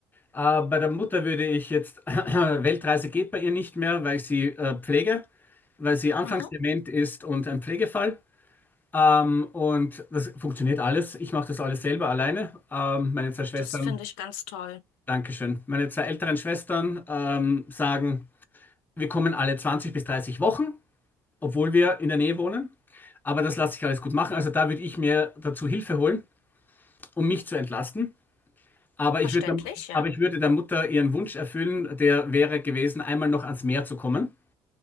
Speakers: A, on the left; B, on the left.
A: Äh, bei der Mutter würde ich jetzt, <clears throat> Weltreise geht bei ihr nicht mehr, weil ich sie äh, pflege, weil sie anfangsdement
B: Mhm.
A: ist und ein Pflegefall. Ähm, und das funktioniert alles. Ich mache das alles selber alleine. Ähm, meine zwei Schwestern,
B: Das finde ich ganz toll.
A: Dankeschön. Meine zwei älteren Schwestern ähm, sagen, wir kommen alle 20 bis 30 Wochen, obwohl wir in der Nähe wohnen. Aber das lasse ich alles gut machen. Also da würde ich mir dazu Hilfe holen, um mich zu entlasten. Aber
B: Verständlich,
A: ich würde,
B: ja.
A: aber ich würde der Mutter ihren Wunsch erfüllen, der wäre gewesen, einmal noch ans Meer zu kommen,